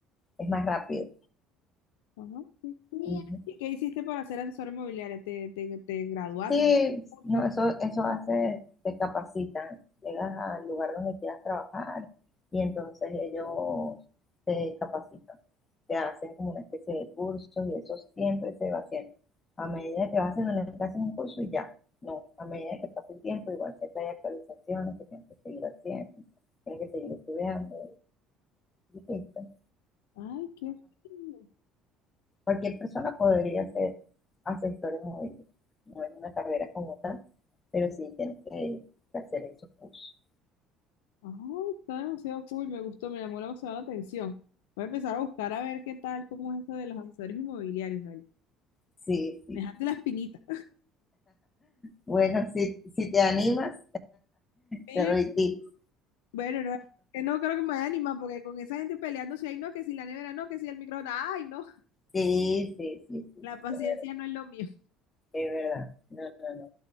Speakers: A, on the left; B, on the left.
A: es más rápido.
B: Ajá. Qué cool.
A: Ujú.
B: ¿Y qué hiciste para ser asesora inmobiliaria? ¿Te, te, te graduaste?
A: Sí,
B: ¿Hiciste un
A: no,
B: curso?
A: eso, eso hace, te capacitan, llegas al lugar donde quieras trabajar y entonces ellos te capacitan, te hacen como una especie de curso y eso siempre se va haciendo. A medida que vas haciendo, le hacen un curso y ya, no, a medida que pasa el tiempo, igual siempre hay actualizaciones que tienes que seguir haciendo, tienes que seguir estudiando, y listo.
B: Ay, qué fino.
A: Cualquier persona podría ser asesor inmobiliario, no es una carrera como tal, pero sí tienes que hacer esos cursos.
B: Ah, está demasiado cool, me gustó, me llamó demasiado la atención. Voy a empezar a buscar a ver qué tal, cómo es esto de los asesores inmobiliarios, Noel.
A: Sí, sí,
B: Me dejaste
A: sí.
B: la espinita.
A: Bueno, si, si te animas,
B: Sí,
A: te doy tips.
B: Bueno, no, que no creo que me vaya a animar, porque con esa gente peleando, si hay no, que si la nevera no, que si el microondas, ay, no,
A: Sí, sí, sí, sí,
B: la
A: sí,
B: paciencia
A: es verdad,
B: no es lo mío.
A: es verdad. No, no, no.